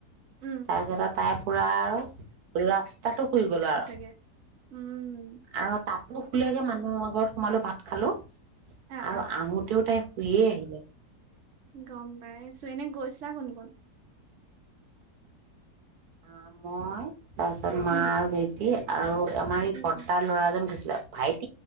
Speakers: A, on the right; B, on the right.
A: উম
B: তাৰ পিছত আউ তাই <inaudible> লাষ্ট তাতো শুই গ'লো আৰু
A: চাগে উম
B: আৰু তাত দু খুলীয়াকে মানুহৰ ঘৰত সোমালো ভাত খালো
A: আ
B: আৰু
A: আ
B: আহোতেও তাই শুইয়ে আহিলে
A: গম পাইছো এনে গৈছিলা কোন কোন?
B: আ মই তাৰপিছত মা
A: উম
B: আৰু ভাইটিয়ে আৰু, আমাৰ এই
A: উম
B: বৰ্তাৰ
A: উম
B: ল'ৰা এজন গৈছিলে ভাইট